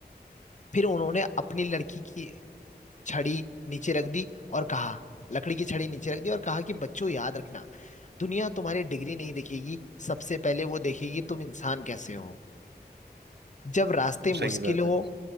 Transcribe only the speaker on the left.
फिर उन्होंने अपनी लड़की की छड़ी नीचे रख दी और कहा लकड़ी की छड़ी नीचे रख दी और कहा कि बच्चों याद रखना दुनिया तुम्हारी डिग्री नहीं देखेगी सबसे पहले वो देखेगी तुम इंसान कैसे हो जब रास्ते मुश्किल
हो